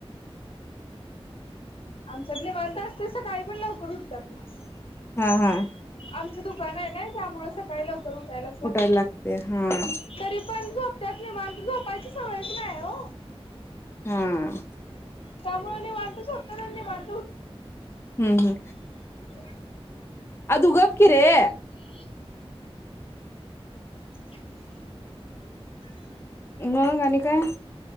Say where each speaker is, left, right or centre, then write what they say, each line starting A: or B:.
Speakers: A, on the left (about 60°); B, on the left (about 25°).
A: आमच्यात निवांत असतय सकाळी पण लव लवकर उठतायत
B: हा हा
A: <inaudible> ते दुकान हाय नाई त्यामुळं सकाळी लव लवकर उठायलाच
B: उठायला लागते हा हा
A: तरी पण झोप.... त्यात निवांत झोपायची सवयचं नाही ओ.
B: हम्म..
A: त्यामुळं निवांत झोका बाधंलाय बाल
B: हम्म हम्म
A: <inaudible>
B: आदु गप की रे.....
A: <inaudible> <inaudible>
B: मग आणि काय?